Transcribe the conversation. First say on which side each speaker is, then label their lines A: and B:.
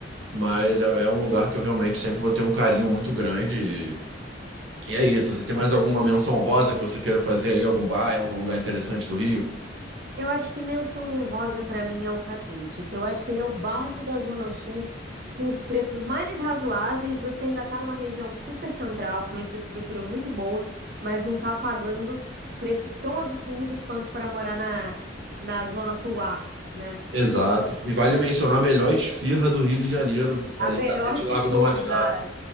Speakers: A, on the right (about 85°); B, on the right (about 55°).
A: mas é, é um lugar que eu realmente sempre vou ter um carinho muito grande. E, e é isso, assim, tem mais alguma menção honrosa que você queira fazer aí, algum bairro, algum lugar interessante do Rio?
B: Eu acho que menção honrosa para mim é o Catete, que eu acho que ele é o bairro da Zona Sul com os preços mais razoáveis. Você ainda está numa região super central, com uma infraestrutura muito boa, mas não está pagando preços tão absurdos quanto para morar na, na Zona Sul A, né?
A: Exato. E vale mencionar a melhor esfirra do Rio de Janeiro, ali,
B: A melhor
A: Catete Largo
B: de
A: do
B: todas.
A: Machado.